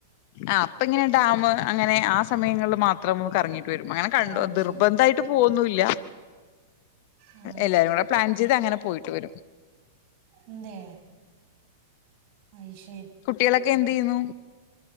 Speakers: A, on the left; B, on the right.
A: ആ അപ്പ ഇങ്ങനെ ഡാം അങ്ങനെ ആ സമയങ്ങളിൽ മാത്രം കറങ്ങിട്ട് അങ്ങനെ കണ്ട
B: ആഹ് അത്
A: നിർബന്ധട്ട്
B: ശരി
A: പോകൊന്നില്ല
B: ആഹ്
A: എല്ലാരും കൂ പ്ലാൻ ചെയ്ത് അങ്ങനെ പോയിട്ട് വരും
B: ന്തേ അയ്ശരി
A: കുട്ടികളൊക്കെ എന്ത് ചെയ്യുന്നു